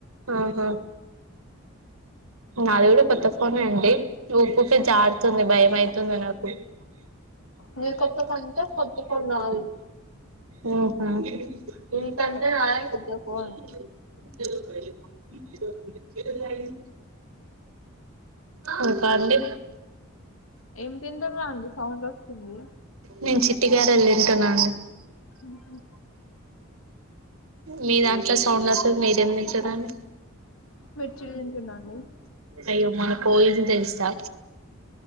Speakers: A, on the right; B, on the left.
A: ఆహా నాది కూడా కొత్త ఫోనే అండి ఊకూకే జారుతుంది భయమే నేన్ <unintelligible>
B: నీ
A: కొత్త
B: ఫోన్ తో
A: ఫోన్ కావాలి
B: నాది
A: ఉహ <unintelligible>
B: నీకంటే నాదే కొత్త ఫోన్
A: ఇంకా అండి
B: ఏం తింటున్నా అండి సౌండ్ వస్తుంది
A: నేను చిట్టి గారెలు తింటున్నాను
B: మ్మ్ హ్మ్
A: మీ దాంట్లో సౌండ్ వస్తుంది మీరేం తింటున్నారండి
B: మిర్చిలు తింటున్నా అండి
A: అయ్యో మాన్న పొయింది తెలుసా